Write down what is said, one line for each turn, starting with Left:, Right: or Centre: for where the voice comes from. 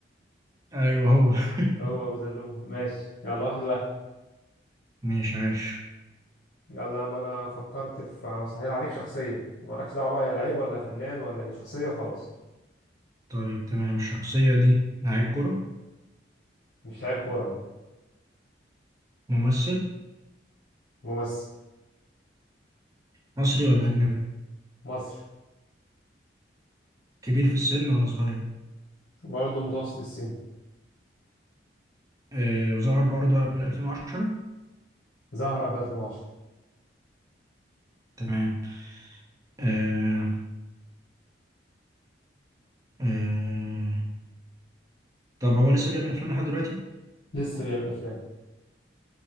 Right: ايوه هو <laughs>
Left: هو أبو زلومة ماشي يلا واحد واحد
Right: ماشي عاش
Left: يلا يا عم أنا فكرت في هسهل عليك شخصية مالكش دعوة بقى يا لعيب ولا فنان ولا إيه شخصية وخلاص
Right: طيب تمام الشخصية دي لعيب كرة
Left: مش لعيب كورة لا
Right: ممثل
Left: ممثل
Right: مصري ولا أجنبي
Left: مصري
Right: كبير في السن ولا صغير
Left: برضه متوسط السن
Right: آه ظهر برضه قبل 2010
Left: ظهر قبل 2010
Right: تمام آه آه طب هو لسه بيعمل أفلام لحد دلوقتي
Left: لسه بيعمل أفلام